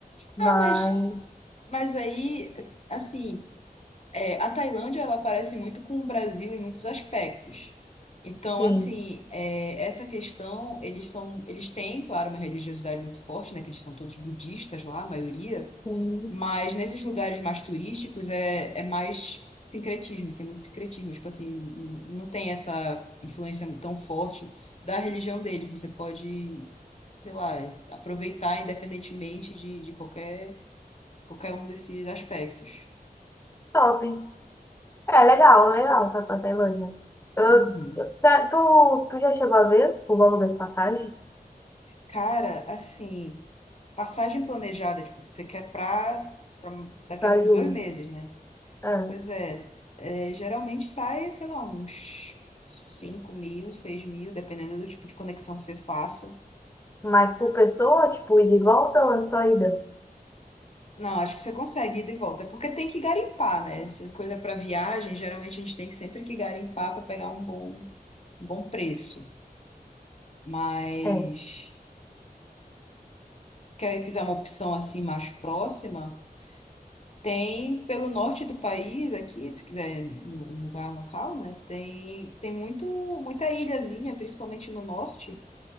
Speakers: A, on the left; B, on the left.
A: Mas,
B: Ah, mas, mas aí, assim. É, a Tailândia, ela parece muito com o Brasil em muitos aspectos. Então,
A: sim.
B: assim, é, essa questão, eles são, eles têm, claro, uma religiosidade muito forte, né? Que eles são todos budistas lá, a maioria.
A: Hum,
B: Mas nesses lugares mais turísticos é, é mais sincretismo, tem muito sincretismo. Tipo assim, não tem essa influência tão forte da religião dele. Você pode, sei lá, aproveitar independentemente de, de qualquer, qualquer um desses aspectos.
A: top. É, legal, legal, tá pra Tailândia. Eu,
B: Uhum.
A: eu, cê- tu, tu já chegou a ver o valor das passagens?
B: Cara, assim, passagem planejada, tipo, você quer pra, pra daqui
A: Pra
B: a uns
A: julho.
B: dois meses, né?
A: É.
B: Pois é, é, geralmente sai, sei lá, uns 5 mil, 6 mil, dependendo do tipo de conexão que você faça.
A: Mas por pessoa, tipo, ida e volta ou é só ida?
B: Não, acho que você consegue ir de volta, É porque tem que garimpar, né? Essa coisa para viagem, geralmente a gente tem que sempre que garimpar para pegar um bom, um bom preço. Mas,
A: É.
B: quer quiser uma opção assim mais próxima. Tem pelo norte do país aqui, se quiser um lugar local, né? Tem tem muito muita ilhazinha, principalmente no norte.